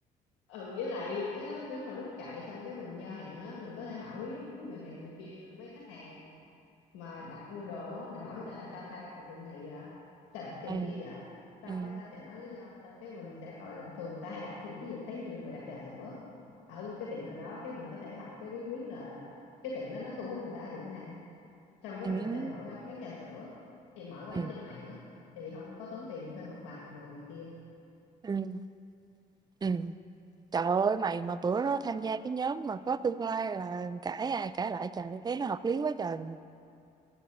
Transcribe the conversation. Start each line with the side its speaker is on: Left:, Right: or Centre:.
Left: ừ với lại cái đó nếu mà lúc chạy xong cái mình giao hàng á mình có thể hỏi người này người kia mấy khách hàng mà đặt mua đồ á mình hỏi người ta là sao người ta đặt ở tiệm này vậy sao đặt tiệm
Right: Ừm,
Left: kia vậy xong
Right: ừm,
Left: cái ta sẽ nói lý do xong cái mình sẽ coi là thường người ta hay đặt gì thí dụ thấy nhiều người đặt trà sữa ở một cái tiệm nào đó cái mình có thể học cái bí quyết là cái tiệm đó nó thu hút người ta ở điểm nào xong cái
Right: ừm.
Left: mình có thể mở quán bán trà sữa thì mở quán
Right: Ừm,
Left: trên mạng á thì không có tốn tiền thuê mặt bằng đồ này kia
Right: ừm, ừm. Trời ơi, mày mà bữa đó tham gia cái nhóm mà có tương lai là cãi ai cãi lại trời, thấy nó hợp lý quá trời,